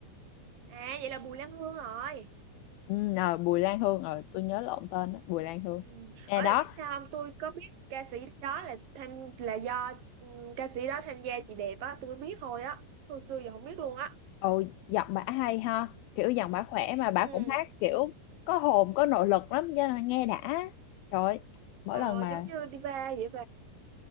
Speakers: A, on the right; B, on the left.
A: à vậy là Bùi Lan Hương rồi
B: Ừ, à, Bùi Lan Hương ờ tôi nhớ lộn tên đó, Bùi Lan Hương
A: ừ.
B: nè
A: ở
B: đó
A: bạn biết sao không tôi có biết ca sĩ đó là tham là do ừ, ca sĩ đó tham gia chị đẹp á tôi mới biết thôi á hồi xưa giờ không biết luôn á
B: ồ giọng bả hay ha kiểu giọng bả khỏe mà bả
A: ừ
B: cũng hát kiểu có hồn có nội lực lắm cho nên nghe đã trời ơi, mỗi
A: ờ,
B: lần mà
A: giống như Diva vậy